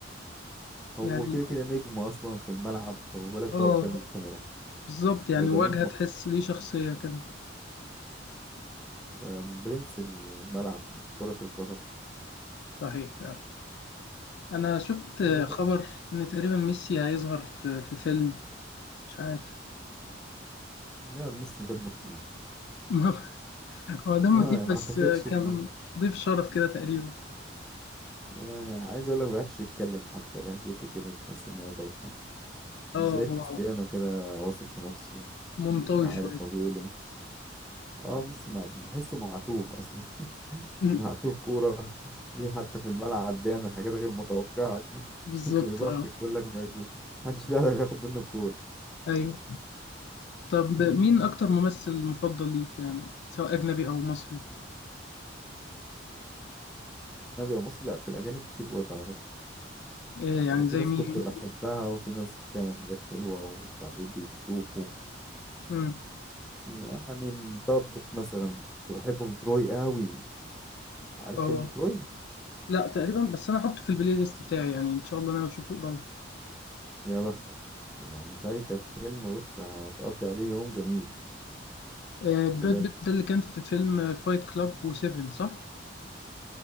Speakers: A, in the centre; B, on the left (about 60°).
A: هو
B: يعني
A: كده كده نجم اصلا في الملعب فما بالك بقى
B: اه
A: قدام الكاميرا
B: بالظبط يعني
A: هيبقى
B: وجهة
A: نجم
B: تحس
A: أكتر.
B: ليه شخصية كده
A: آم، برنس الملعب كرة القدم
B: صحيح فعلا انا شفت
A: اللي خ...
B: خبر ان تقريبا ميسي هيظهر في في فيلم مش عارف
A: لا ميسي دمه تقيل
B: <laughs> هو
A: <laughs>
B: ده موتيف
A: آه ما
B: بس
A: اعتقدش
B: كان
A: ان
B: ضيف شرف كده تقريبا
A: يعني عايز اقول لك ما بيعرفش يتكلم حتى لهجته كده تحس ان هي بايخه مش
B: اه
A: زي كريستيانو
B: هو
A: كده واثق في نفسه
B: منطوي
A: وعارف
B: شوية
A: هو بيقول ايه اه بس مع... بحسه معتوه اصلا <laughs>
B: <laughs>
A: معتوه كوره حتى في الملعب بيعمل حاجات غير متوقعه <laughs>
B: بالظبط
A: زي بط
B: اه
A: بيقول لك ما بي- محدش بيعرف ياخد منه الكوره
B: ايوه طب مين أكتر ممثل مفضل ليك يعني سواء أجنبي أو مصري
A: النبي يا مصري لا في الاجانب كتير برضه على فكره
B: إيه يعني
A: وفي
B: زي
A: ناس
B: مين؟
A: كنت بحبها وفي ناس بتعمل حاجات حلوه وبعدين بيبوخوا
B: مم.
A: يعني ضبط مثلا كنت بحبه تروي قوي عارف
B: أه
A: فيلم تروي
B: لا تقريبا بس أنا أحطه في البلاي ليست بتاعي يعني إن شاء الله أنا أشوفه قريب
A: يا بختك يعني فايتك فيلم بص هتقضي عليه يوم جميل
B: آه، براد
A: بجد
B: بيت ده اللي كان في فيلم فايت كلاب وسيفن صح؟